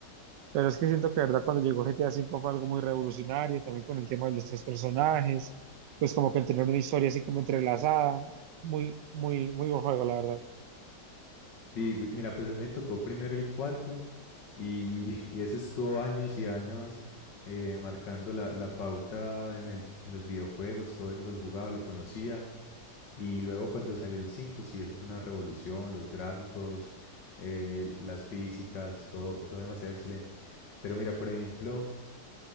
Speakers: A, on the right (about 80°); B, on the left (about 85°).
A: Pero es que siento que, de verdad, cuando llegó GTA V fue algo muy revolucionario, también con el tema de los tres personajes, pues como que el tener una historia así como entrelazada. Muy, muy, muy buen juego, la verdad.
B: Sí, vi- mira, pues a mí me tocó primero el 4 y, <laughs> y ese estuvo años y años eh, marcando la, la pauta en el, en los videojuegos, todo el mundo lo jugaba, lo conocía Y luego cuando salió el 5 sí, eso fue una revolución, los gráficos, eh, las físicas, todo, todo demasiado excelente. Pero mira, por ejemplo,